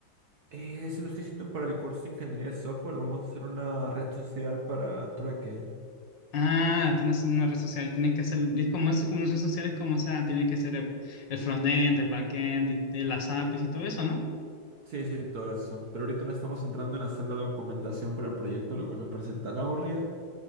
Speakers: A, on the right (about 55°); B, on the left (about 70°).
A: Eh, eso lo estoy haciendo para el curso de ingeniería de software, vamos a hacer una red social para trueque.
B: Ah, están haciendo una red social, tienen que hacer, es como eso, como las redes sociales, como o sea, tienen que ser el, el frontend, el backend, y, y las APIs y todo eso, ¿no?
A: Sí, sí, todo eso. Pero ahorita no estamos entrando en hacer la documentación para el proyecto, lo cual me parece tan aburrido.